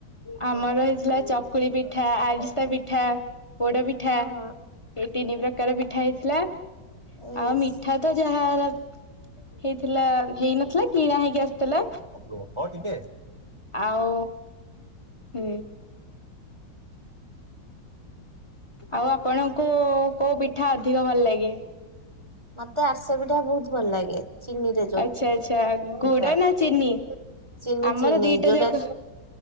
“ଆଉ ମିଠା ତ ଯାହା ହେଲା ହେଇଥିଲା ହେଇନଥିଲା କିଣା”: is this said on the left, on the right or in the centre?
Left